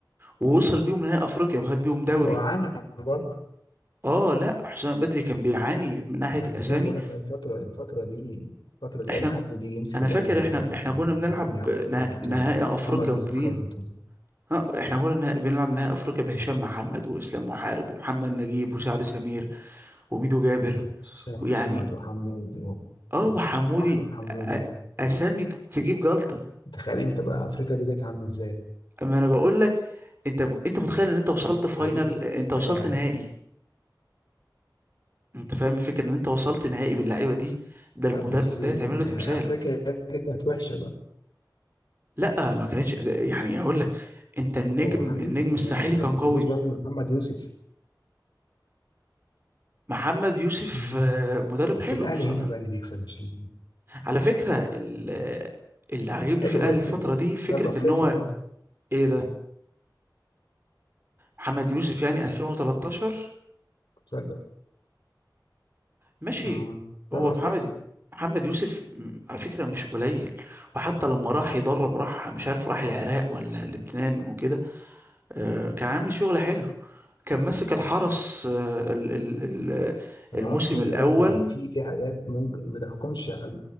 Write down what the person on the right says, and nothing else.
ووصل بيهم نهائي افريقيا وخد
بيهم دوري
اه لا حسام بدري كان بيعاني من ناحية
الاسامي
احنا
ك...
انا
فاكر
احنا احنا
كنا بنلعب
نه...
نهائي افريقيا
بمين
اه احنا قلنا إنها- بنلعب نهائي افريقيا بهشام محمد واسلام محارب ومحمد نجيب وسعد سمير وميدو جابر
ويعني
اه وحمودي
أ- أ- اسامي تجيب جلطة
اما انا بقول لك انت م- انت متخيل ان انت وصلت فاينل
انت وصلت
نهائي انت فاهم الفكره ان انت وصلت نهائي باللعيبه دي ده المدرب
ده يتعمل له
تمثال
لا ما كانتش ده- يعني اقول لك انت النجم
النجم الساحلي
كان قوي
محمد يوسف
آه، مدرب
حلو
بصراحه
على فكرة ال- اللي عاجبني
في الأهلي
الفترة دي فكرة
إن هو
إيه ده محمد يوسف يعني 2013
ماشي
هو
محمد محمد يوسف م- على فكرة مش قليل وحتى لما راح يدرب راح مش عارف راح العراق ولا لبنان وكده آه، كان عامل شغل حلو كان ماسك الحرس آه، ال- ال- ال-
الموسم
الأول